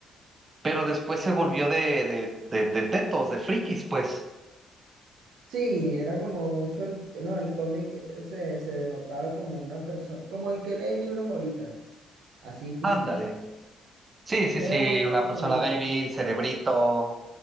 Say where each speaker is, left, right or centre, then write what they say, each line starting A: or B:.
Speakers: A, on the right; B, on the right.
A: pero después se volvió de, de, de, de tetos, de frikis, pues,
B: Sí, era como mucho el, no, el cómic eh, se, se denotaba como una persona, como el que lee libros ahorita, así físico.
A: ándale. Sí, sí,
B: Era
A: sí,
B: más o
A: una
B: menos
A: persona
B: lo mismo.
A: débil, cerebrito,